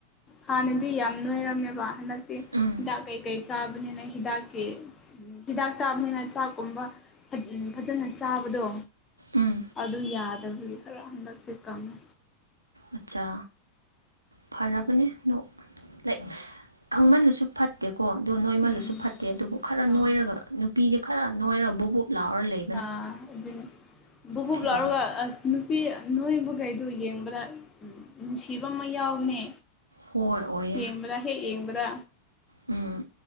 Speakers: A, on the left (about 20°); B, on the right (about 80°).
A: ꯍꯥꯟꯅꯗꯤ ꯌꯥꯝ ꯅꯣꯏꯔꯝꯃꯦꯕ ꯍꯟꯗꯛꯇꯤ
B: ꯎꯝ
A: ꯈꯤꯗꯥꯛ ꯀꯩ ꯀꯩ ꯆꯥꯕꯅꯤꯅ ꯍꯗꯥꯥꯛꯀꯦ ꯍꯤꯗꯥꯛ ꯆꯥꯕꯅꯤꯅ ꯆꯥꯛꯀꯨꯝꯕ ꯐꯖꯅ ꯆꯥꯕꯗꯣ
B: ꯎꯝ
A: ꯑꯗꯨ ꯌꯥꯗꯕꯒꯤ ꯈꯔ ꯍꯟꯗꯛꯁꯦ ꯀꯪꯉꯦ
B: ꯑꯠꯆꯥ ꯐꯔꯕꯅꯦ ꯅ ꯂꯥꯏꯛ ꯀꯪꯃꯜꯂꯁꯨ ꯐꯠꯇꯦꯀꯣ ꯑꯗꯨꯗꯣ ꯅꯣꯏꯃꯜꯂꯨꯁꯨ
A: ꯎꯝ
B: ꯐꯠꯇꯦ ꯑꯗꯨꯕꯨ ꯈꯔ
A: ꯑꯥ
B: ꯅꯣꯏꯔꯒ ꯅꯨꯄꯤꯗꯤ ꯈꯔ ꯅꯣꯏꯔꯒ ꯕꯨꯞ ꯕꯨꯞ ꯂꯥꯎꯔ ꯂꯩ
A: ꯑꯥ ꯑꯗꯨꯅꯤ ꯕꯨꯞ ꯕꯨꯞ
B: ꯐꯤꯔꯣꯜ
A: ꯂꯥꯎꯔꯒ ꯑꯁ ꯅꯨꯄꯤ ꯅꯣꯏꯕ ꯈꯩꯗꯨ ꯌꯦꯡꯕꯗ ꯅꯨꯡꯁꯤꯕ ꯑꯃ ꯌꯥꯎꯕꯅꯦ
B: ꯍꯣꯏ ꯑꯣꯏꯌꯦ
A: ꯌꯦꯡꯕꯗ ꯍꯦꯛ ꯌꯦꯡꯕꯗ
B: ꯎꯝ